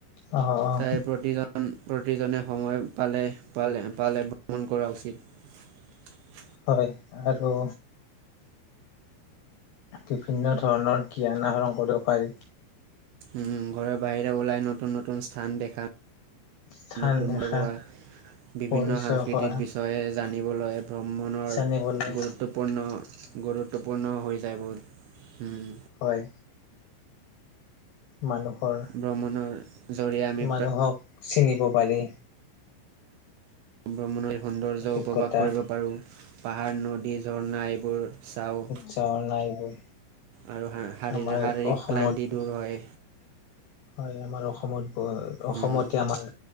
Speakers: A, on the left (about 80°); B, on the right (about 80°).
A: অ অ
B: তাই প্ৰতিজন প্ৰতিজনে সময় পালে পালে পালে ভ্ৰমণ কৰা উচিত
A: হয় আৰু বিভিন্ন ধৰণৰ জ্ঞান আহৰণ কৰিব পাৰি
B: উম ঘৰৰ বাহিৰে ওলাই নতুন নতুন স্থান দেখা
A: স্থান
B: নতুন
A: দেখা
B: লগোৱা। বিভিন্ন
A: পৰিচয়
B: সাংস্কৃতিক
A: হোৱা
B: বিষয়ে জানিবলৈ ভ্ৰমণৰ
A: জানিবলৈ
B: গুৰুত্বপূৰ্ণ গুৰুত্বপূৰ্ণ হৈ যায় বোৰ উম'।
A: হয় মানুহৰ
B: ভ্ৰমণৰ জৰিয়ে আমি
A: মানুহক চিনিব পাৰি।
B: ব্ৰমণৰ সৌন্দৰ্য
A: অভিজ্ঞতা
B: উপবাস কৰিব পাৰোঁ পাহাৰ নদী ঝৰ্ণা এইবোৰ চাওঁ।
A: ঝৰ্ণা এইবোৰ
B: আৰু শাৰী
A: আমাৰ
B: শাৰীৰিক
A: অসমত
B: ক্লান্তি দূৰ হয়
A: হয় আমাৰ অসমত গড় অসমতে
B: উম
A: আমাৰ